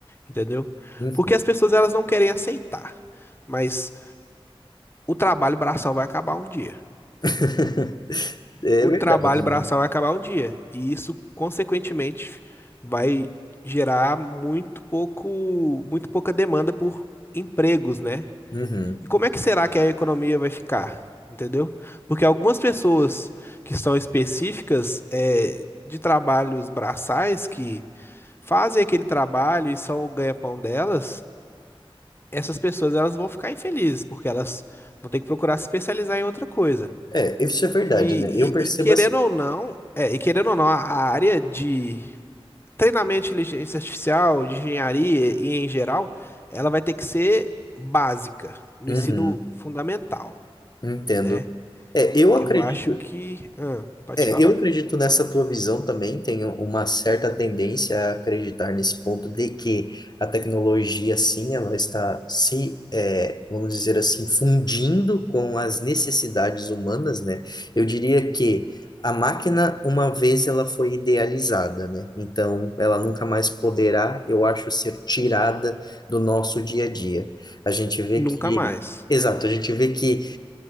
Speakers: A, on the left (about 25°); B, on the left (about 45°).
A: entendeu?
B: Uhum.
A: Porque as pessoas, elas não querem aceitar, mas o trabalho braçal vai acabar um dia.
B: <laughs> É
A: o
B: verdade,
A: trabalho braçal
B: né?
A: vai acabar um dia. E isso, consequentemente, vai gerar muito pouco, muito pouca demanda por empregos, né?
B: Uhum.
A: E como é que será que a economia vai ficar? Entendeu? Porque algumas pessoas que são específicas é, de trabalhos braçais que fazem aquele trabalho e são o ganha-pão delas, essas pessoas elas vão ficar infelizes, porque elas vão ter que procurar se especializar em outra coisa.
B: É, isso é verdade,
A: E,
B: né? Eu percebo
A: e- e querendo
B: assim.
A: ou não, é, e querendo ou não, a a área de treinamento de inteligência artificial, de engenharia e em geral, ela vai ter que ser básica no
B: Uhum,
A: ensino fundamental,
B: entendo.
A: né?
B: É, eu
A: Eu
B: acredito.
A: acho que, ah, pode
B: É,
A: falar,
B: eu acredito nessa tua visão também, tenho uma certa tendência a acreditar nesse ponto de que a tecnologia, sim, ela está se, é, vamos dizer assim, fundindo com as necessidades humanas, né? Eu diria que a máquina, uma vez ela foi idealizada, né? Então, ela nunca mais poderá, eu acho, ser tirada do nosso dia a dia. A gente vê
A: nunca
B: que,
A: mais.
B: exato, a gente vê que